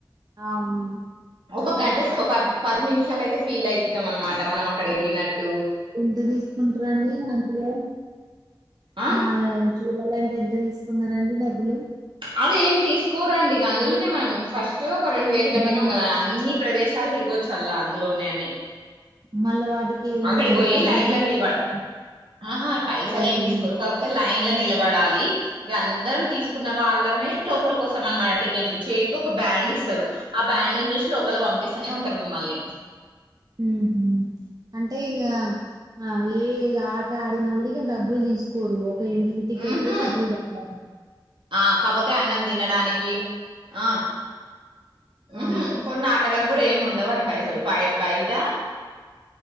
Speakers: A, on the right; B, on the right.
A: అవును
B: ఒక గంటస్ ఒక పది నిమిషాలు అయితే ఫీల్ అయితాం అన్నమాట మనం అక్కడ వెళ్లిన టూ
A: ఎంత తీసుకుంటాడంటరి అందులో
B: ఆ
A: అలా చూడాలండి ఎంత తీసుకున్నారండి డబ్బులు
B: అదే ఏం తీసుకోరండి ఇంకా అందులోనే మనం ఫస్ట్ ఒక రెండు వేలు కట్టినం
A: మనం
B: కదా అన్ని ప్రదేశాలు తిరుగో చల్ల అందులోనే అన్ని
A: మళ్ళ వాటికి ఏమన్నా
B: అక్కడికి పోయి
A: డబ్బులు
B: లైన్లో
A: తీసుకుంటారా?
B: నిలబడు ఆహా పైసలేం
A: లైవ్
B: తీసుకోరు
A: మ్యూజిక్.
B: కాకపోతే లైన్లో నిలబడాలి ఇక అందరం తీసుకున్నాం వాళ్ళమే లోపలికి వస్తామన్నమాట టికెట్లు చేతికి ఒక బ్యాండ్ ఇస్తారు ఆ బ్యాండ్ని చూసి లోపలికి పంపిస్తూనే ఉంటారు మిమ్మల్ని
A: ఉహు అంటే ఇంకా ఆ ఏ ఆట ఆడిన కూడా డబ్బులు తీసు కోరు ఒక ఎంట్రీ టికెట్కే
B: హుహు.
A: డబ్బులు కట్టా
B: ఆ కాకపోతే అన్నం తినడానికి ఆ ఉహ్
A: ఆ!
B: కొన్ని ఆటలకు కూడా ఏమి ఉండవండి పైసలు బాయ్ బయట